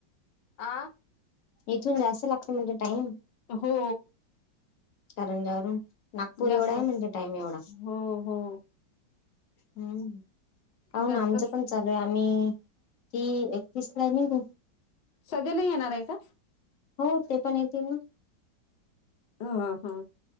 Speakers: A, on the left; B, on the left.
A: आ
B: इथून जास्त लागत म्हटले टाइम
A: हो
B: करंजावरून नागपूर
A: जास्त
B: एवढा आहे म्हणजे टाईम एवढा.
A: हो हो
B: हम्म पाह
A: जास्त
B: ना आमचं चालोय आम्ही तीस, एकतीस ला निघू.
A: सगळे नाही येणार आहे का
B: हो, ते पण येतील ना
A: ह ह ह.